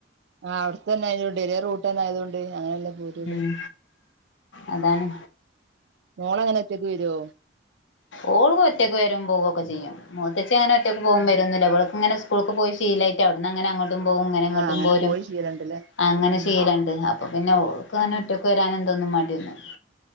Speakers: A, on the right; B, on the left.
A: ആഹ് അവിട്ത്തന്നെ ആയത് കൊണ്ട് ഒരേ റൂട്ട് തന്നെ ആയതുകൊണ്ട് അങ്ങനെല്ലാം. യൂട്യൂബ്
B: ഉം അതാണ്
A: മോളെങ്ങനാ ഒറ്റക്ക് വരോ
B: ഓള് ഒറ്റക്ക് വരും പോവൊക്കെ ചെയ്യും മൂത്തച്ചി അങ്ങനെ ഒറ്റക്ക് പോകും
A: ഉം
B: വരുവൊന്നു ഇല്ല അവൾക്ക് ഇങ്ങനെ സ്കൂൾക്ക് പോയി ശീലായിറ്റ് അവിട അങ്ങനെങ്ങോ ട്ടും പോവും ഇങ്ങനെ ഇങ്ങോട്ടും
A: ആഹ് അങ്ങനെ
B: പോരും
A: പോയി ശീലണ്ടല്ലേ
B: അങ്ങനെ
A: ഉം
B: ചെയ്യലുണ്ട് അപ്പൊ പിന്നെ ഓൾക്കങ്ങനെ
A: ഉം
B: ഒറ്റക്ക് വരാൻ എന്തൊന്നും മടിയൊന്നുമില്ല